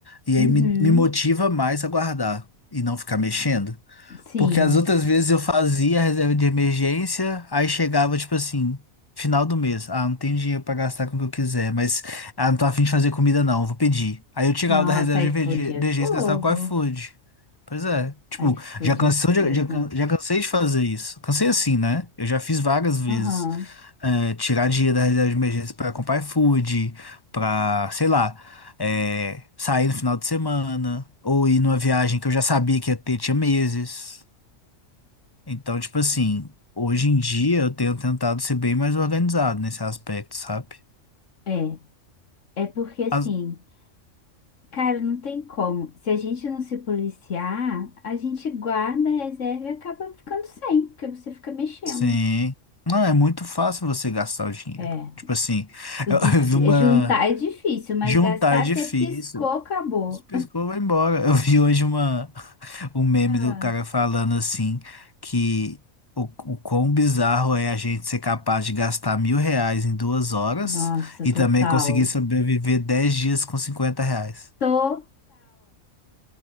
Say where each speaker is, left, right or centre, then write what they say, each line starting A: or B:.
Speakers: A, on the left (about 15°); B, on the left (about 70°).
A: E
B: Uhum.
A: aí me, me motiva mais a guardar e não ficar mexendo.
B: Sim.
A: Porque as outras vezes eu fazia a reserva de emergência, aí chegava, tipo assim, final do mês. Ah, não tem dinheiro pra gastar com o que eu quiser, mas ah, não tô afim de fazer comida não, vou pedir. Aí eu tirava
B: Nossa,
A: da reserva de
B: iFood
A: emerg-
B: é
A: emergência
B: fogo.
A: e gastava com o iFood. Pois é, tipo,
B: iFood
A: já cansou
B: é fogo.
A: de- já, can- já cansei de fazer isso. Cansei assim, né? Eu já fiz várias vezes.
B: Aham.
A: É, tirar dinheiro da reserva de emergência pra comprar iFood, pra, sei lá, é, sair no final de semana, ou ir numa viagem que eu já sabia que ia ter, tinha meses. Então, tipo assim, hoje em dia eu tenho tentado ser bem mais organizado nesse aspecto, sabe?
B: É. É porque assim,
A: As-
B: cara, não tem como. Se a gente não se policiar, a gente guarda a reserva e acaba ficando sem, porque você fica mexendo.
A: Sim. Não, é muito fácil você gastar o dinheiro.
B: É.
A: Tipo assim,
B: O
A: eu,
B: dif-
A: <laughs> eu vi
B: é,
A: uma.
B: Juntar é difícil, mas
A: Juntar
B: gastar
A: é difícil.
B: você piscou, acabou.
A: Piscou, vai embora. Eu vi hoje uma, um meme
B: Ah,
A: do cara falando assim que o, o quão bizarro é a gente ser capaz de gastar mil reais em duas horas
B: nossa,
A: e
B: total.
A: também conseguir sobreviver dez dias com 50 reais.
B: Total.